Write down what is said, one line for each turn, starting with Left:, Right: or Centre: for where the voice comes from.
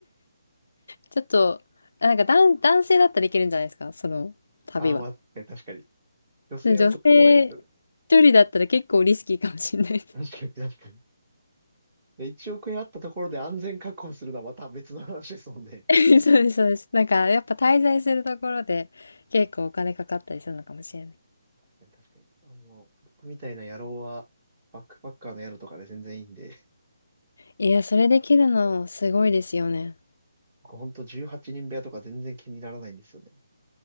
Left: ちょっと、あなんか男、男性だったらいけるんじゃないですか、その旅は。
Right: ああ、まあ確かに確かに。女性はちょっと怖いですよね。
Left: で女性一人だったら結構リスキーかもしれないです。
Right: 確かに確かに。で、1億円あったところで安全確保するのはまた別の話ですもんね。
Left: <laughs> そうです、そうです。なんかやっぱ滞在するところで結構お金かかったりするのかもしれない。
Right: 確かに確かに。もう、僕みたいな野郎は、バックパッカーの野郎とかで全然いいんで、
Left: いや、それできるのすごいですよね。
Right: 僕ほんと18人部屋とか全然気にならないんですよね。